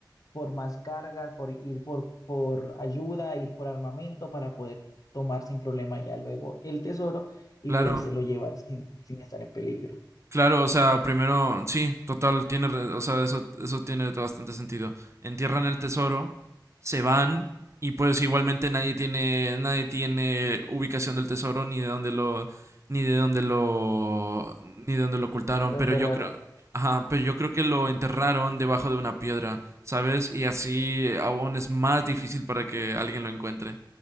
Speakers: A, on the left (about 50°); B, on the right (about 40°).
A: por más carga, por ir por, por ayuda, ir por armamento para poder tomar sin problema ya luego el tesoro y
B: Claro,
A: podérselo llevar sin, sin estar en peligro.
B: Claro, o sea, primero, sí, total, tiene, re- o sea, eso, eso tiene bastante sentido. Entierran el tesoro, se van y pues igualmente nadie tiene, nadie tiene ubicación del tesoro ni de dónde lo, ni de dónde lo, ni de dónde lo ocultaron.
A: Lo
B: Pero
A: enterraron.
B: yo creo, ajá, pero yo creo que lo enterraron debajo de una piedra, ¿sabes? Y así aún es más difícil para que alguien lo encuentre.